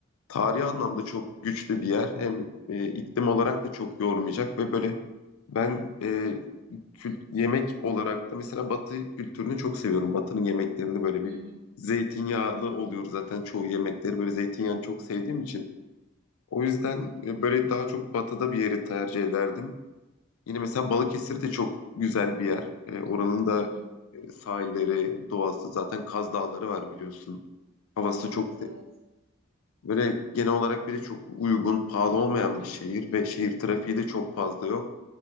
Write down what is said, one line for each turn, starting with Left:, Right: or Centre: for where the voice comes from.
Left: tarihi anlamda çok güçlü bir yer. Hem e, iklim olarak da çok yormayacak ve böyle ben e, kült- yemek olarak da mesela Batı kültürünü çok seviyorum. Batı'nın yemeklerini böyle bir
Right: Hı hı,
Left: zeytinyağlı oluyor zaten çoğu yemekleri böyle zeytinyağını çok sevdiğim için. O yüzden e, böyle daha çok Batı'da bir yeri tercih ederdim. Yine mesela Balıkesir de çok güzel bir yer. E, oranın da
Right: hı hı.
Left: e, sahilleri, doğası zaten Kaz Dağları var biliyorsun. Havası
Right: Evet
Left: çok
Right: evet.
Left: Böyle genel olarak bir de çok uygun, pahalı olmayan bir şehir ve şehir trafiği de çok fazla yok.